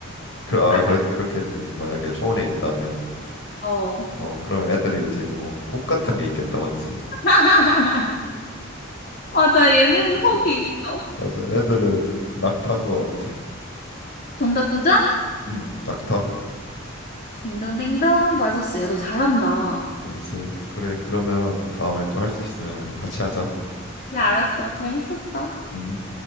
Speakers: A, on the left; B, on the left.
A: 그, 아,
B: 알것
A: 그렇, 그렇겠네. 만약에 초원에 있다면,
B: 같아. 어.
A: 어, 그럼 애들은 이제 뭐, 혹 같은 게 있겠다, 맞지?
B: <laughs> 맞아, 얘는
A: 맞아.
B: 혹이 있어.
A: 맞아. 애들은 낙타인 것 같아.
B: 정답 도전?
A: 음, 낙타.
B: 딩동댕동 맞았어. 야, 너 잘한다.
A: 나이스. 그래, 그러면 다음에 또 할 수 있으면 같이 하자.
B: 그래, 알았어. 재밌었어.
A: 음.